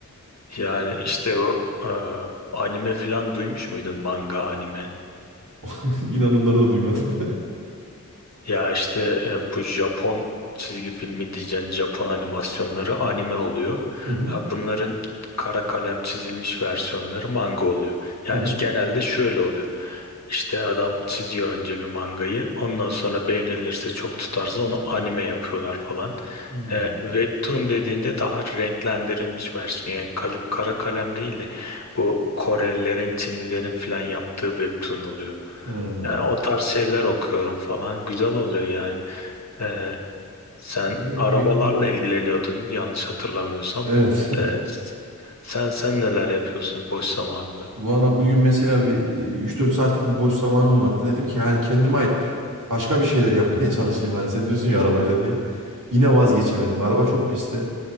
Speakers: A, on the left (about 60°); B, on the right (about 85°).
A: Yani işte o e, anime falan duymuş muydun? Manga, anime.
B: <laughs> İnan onları da duymadım. <laughs>
A: Ya işte e, bu Japon çizgi filmi diyeceğin Japon animasyonları anime oluyor.
B: Hı hı.
A: Ha, Bunların kara kalem çizilmiş versiyonları manga oluyor. Ya
B: Hı hı.
A: işte genelde şöyle oluyor. İşte adam çiziyor önce bir mangayı. Ondan sonra beğenilirse çok tutarsa onu anime yapıyorlar falan.
B: Hmm.
A: E, Webtoon dediğinde daha renklendirilmiş versiyon. Yani kalı- kara kalem değil de bu Korelilerin, Çinlilerin falan yaptığı webtoon oluyor.
B: Hmm.
A: Yani o tarz şeyler okuyorum falan. Güzel oluyor yani. Ee, sen
B: Ee,
A: arabalarla ilgileniyordun yanlış hatırlamıyorsam.
B: Evet.
A: Ee, sen sen neler yapıyorsun boş zamanında?
B: Valla bugün mesela bir e, 3-4 saatlik bir boş zamanım vardı. Dedim ki hani kendime ait bir- başka bir şeyler yapmaya <laughs> çalışayım. Hani sen diyorsun ya arabayla diye. Yine vazgeçemedim. Araba çok pisti.